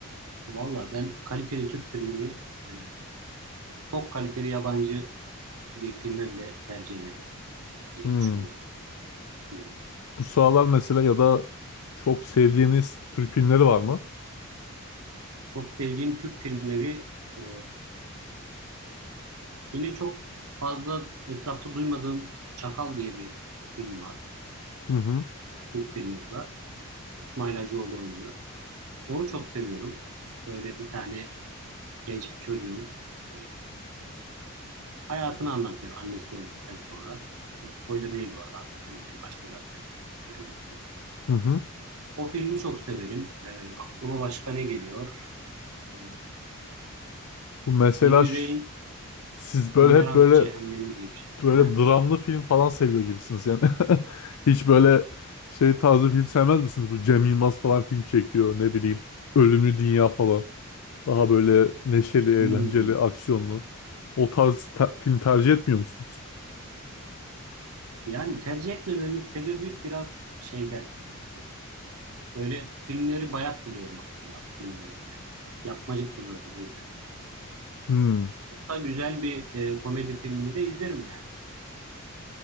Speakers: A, on the right; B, on the left.
A: valla ben kaliteli Türk filmini e, çok kaliteli yabancı bir filme bile tercih ederim diye
B: Hmm.
A: düşünüyorum. Hı.
B: Bu sıralar mesela ya da çok sevdiğiniz Türk filmleri var mı?
A: Çok sevdiğim Türk filmleri e, yine çok fazla etrafta duymadığım Çakal diye bir film var.
B: Hı hı.
A: Türk filmi bu da. Ee, İsmail Hacıoğlu oynuyor. Onu çok seviyorum. Böyle bir tane genç bir çocuğun e, hayatını anlatıyor annesi öldükten sonra. Ya bu spoiler değil bu arada. Hakikaten en başta zaten öğreniyorsun.
B: Hı hı.
A: O filmi çok severim. Ee, aklıma başka ne geliyor? Ee,
B: Bu mesela
A: Deli Yüreğin
B: ş- siz
A: Bumerang
B: böyle hep böyle
A: Cehennemi diye bir şey.
B: böyle
A: Hı hı.
B: dramlı film falan seviyor gibisiniz yani. <laughs> Hiç böyle şey tarzı film sevmez misiniz? Bu Cem Yılmaz falan film çekiyor ne bileyim. Ölümlü Dünya falan. Daha böyle neşeli, eğlenceli,
A: Hmm.
B: aksiyonlu. O tarz te- film tercih etmiyor musunuz?
A: Yani tercih etmememin sebebi biraz şeyden. Ee, Böyle filmleri bayat buluyorum aslında. Bu filmleri böyle yapmacık buluyorum o yüzden.
B: Hmm.
A: Yoksa güzel bir e, komedi filmini de izlerim yani.